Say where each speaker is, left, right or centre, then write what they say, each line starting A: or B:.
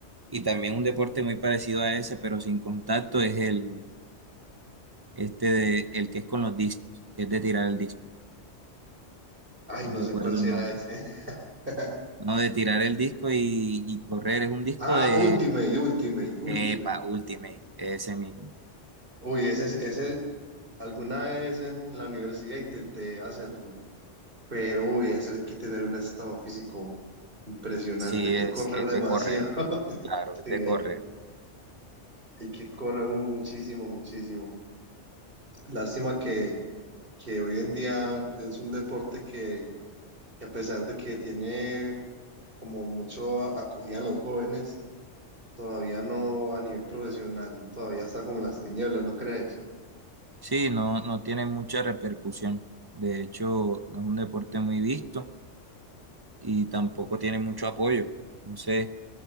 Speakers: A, on the right; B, on the right.
A: Y también un deporte muy parecido a ese, pero sin contacto, es el, este de, el que es con los discos, que es de tirar el disco.
B: Ay,
A: No
B: no
A: recuerdo
B: sé cuál será
A: el nombre.
B: ese. <laughs>
A: No, de tirar el disco y, y correr. Es un disco
B: Ah,
A: de,
B: Ultimate, Ultimate, Ultimate.
A: epa, Ultimate, ese mismo.
B: Uy, ese, es- ese, alguna vez en la universidad intenté hacerlo, pero uy, eso hay que tener un estado físico impresionante,
A: Sí,
B: hay que
A: es,
B: correr
A: es
B: demasiado.
A: de correr.
B: <laughs>
A: Claro, es
B: Sí,
A: de correr.
B: hay, que- hay que correr muchísimo, muchísimo. Lástima que que hoy en día es un deporte que, que a pesar de que tiene como mucho a- acogida en los jóvenes, todavía no a nivel profesional, todavía está como en las tinieblas, ¿no crees?
A: Sí, no, no tiene mucha repercusión. De hecho, no es un deporte muy visto y tampoco tiene mucho apoyo. Entonces,